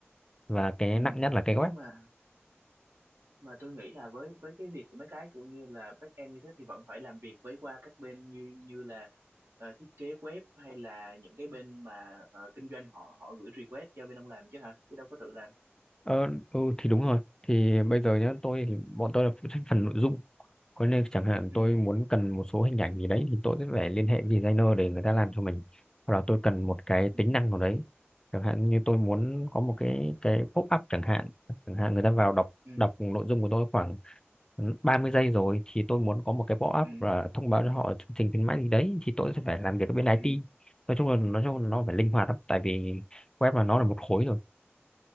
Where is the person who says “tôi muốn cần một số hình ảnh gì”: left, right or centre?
Left